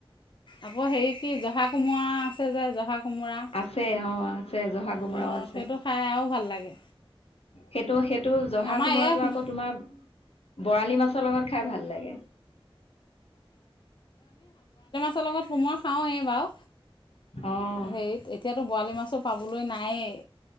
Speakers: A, on the left (about 55°); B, on the left (about 85°).
A: আকৌ হেৰি কি জহা কোমৰা আছে যে জহা কোমোৰা
B: আছে অ'। আছে, জহা কোমোৰাও
A: অঁ
B: আছে।
A: সেইটো খাই আৰু ভাল লাগে
B: সেইটো, সেই টো জহা
A: আমাৰ
B: কোমোৰাটো
A: এই
B: আকৌ তোমাৰ বৰালি মাছৰ লগত খাই ভাল লাগে।
A: ৰ লগত কোমোৰা খাওঁৱে বাৰু।
B: অ'
A: হেৰিত এতিয়াতো বৰালি মাছো পাবলৈ নায়েই।